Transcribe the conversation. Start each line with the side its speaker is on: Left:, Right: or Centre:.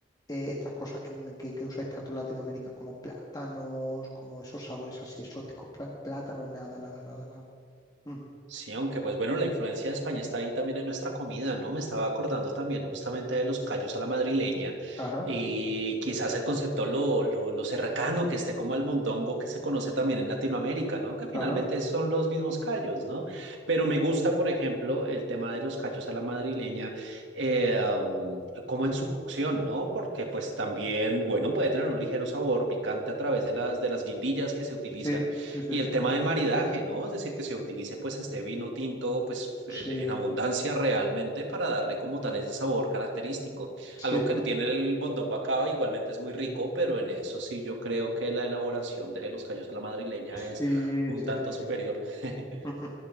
Left: eh, estas cosas que, me- que- que usáis tanto en Latinoamérica como plátanos, como esos sabores así exóticos, plá- plátanos, nada, nada, nada, nada. Ujú.
Right: Sí, aunque pues bueno, la influencia de España está ahí también en nuestra comida, ¿no? Me estaba acordando también justamente de los callos a la madrileña
Left: Ajá,
Right: y
Left: sí,
Right: quizás el concepto lo, lo, lo cercano que esté como al mondongo que se conoce también en Latinoamérica, ¿no? Que finalmente
Left: ajá,
Right: son los mismos callos, ¿no? Pero me gusta, por ejemplo, el tema de los callos a la madrileña, eh, um, como en su cocción, ¿no? Porque pues también, bueno, puede tener un ligero sabor picante a través de las, de las guindillas que se utilizan
Left: sí, sí, sí,
Right: y el tema del maridaje, ¿no? Es decir, que se utilice pues este vino tinto pues en,
Left: sí,
Right: en abundancia realmente para darle como tal ese sabor característico.
Left: sí,
Right: Algo que
Left: sí,
Right: no tiene
Left: sí,
Right: el bondón guacaba, igualmente es muy rico, pero en eso sí yo creo que la elaboración de los callos a la madrileña
Left: sí,
Right: es un
Left: sí,
Right: tanto
Left: sí,
Right: superior.
Left: sí.
Right: <laughs>
Left: Ujú.